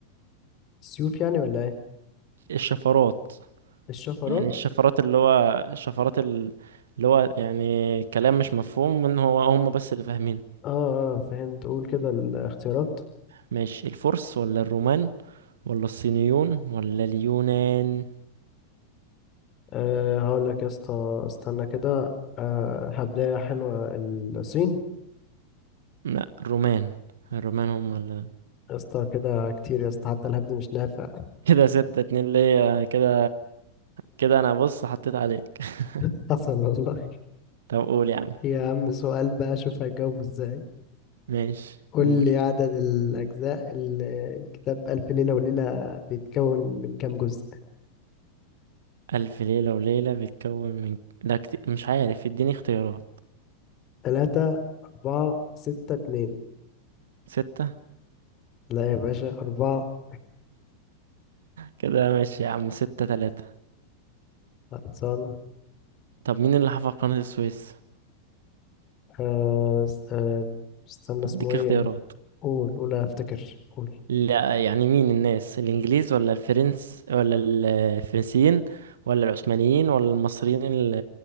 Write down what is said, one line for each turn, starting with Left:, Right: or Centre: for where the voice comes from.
Left: سيوف يعني ولا ايه
Right: الشفرات
Left: الشفرات
Right: يعني الشفرات اللي هو الشفرات ال- اللي هو يعني كلام مش مفهوم من هو هم بس اللي فاهمينه
Left: اه اه فهمت قول كده الاختيارات
Right: ماشي الفرس ولا الرومان ولا الصينيون ولا اليونان
Left: أه هقول لك يا اسطى استنى كده أه هبداية حلوة الصين
Right: لا الرومان الرومان هم اللي
Left: يا اسطى كده كتير يا اسطى حتى الهبد مش نافع
Right: كده ستة اتنين ليا كده كده انا بص حطيت عليك <laughs>
Left: <laughs> حصل والله
Right: طب قول يا عم
Left: يا عم سؤال بقى شوف هجاوبه ازاي
Right: ماشي
Left: قول
Right: قول
Left: لي عدد الأجزاء ال- الكتاب ألف ليلة وليلة بيتكون من كام جزء
Right: ألف ليلة وليلة بيتكون من ده كتير مش عارف اديني اختيارات
Left: تلاتة أربعة ستة اتنين
Right: ستة
Left: لا يا باشا أربعة
Right: كده ماشي يا عم ستة تلاتة
Left: خلصانة
Right: طب مين اللي حفر قناة السويس
Left: آه س- آه استنى اسمه
Right: هديك
Left: ايه
Right: اختيارات
Left: قول قول انا افتكر قول
Right: لا يعني مين الناس الانجليز ولا الفرنس ولا ال- الفرنسيين ولا العثمانيين ولا المصريين ال-